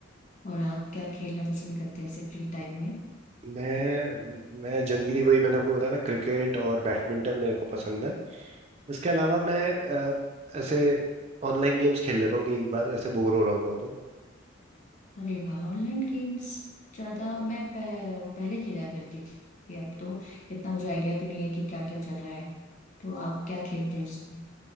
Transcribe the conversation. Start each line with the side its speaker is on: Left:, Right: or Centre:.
Left: और आप क्या खेलना पसंद करते हैं ऐसे फ्री टाइम में
Right: मैं मैं जनरली वही मैंने आपको बताया ना क्रिकेट और बैडमिंटन मेरे को पसंद है इसके अलावा मैं अ, ऐसे ऑनलाइन गेम्स खेल लेता हूँ कई बार ऐसे बोर हो रहा होता हूँ तो
Left: अरे वाह ऑनलाइन गेम्स ज्यादा मैं पह, पहले खेला करती थी अब तो इतना मुझे आइडिया भी नहीं है कि क्या क्या चल रहा है तो आप क्या खेलते हैं उसमें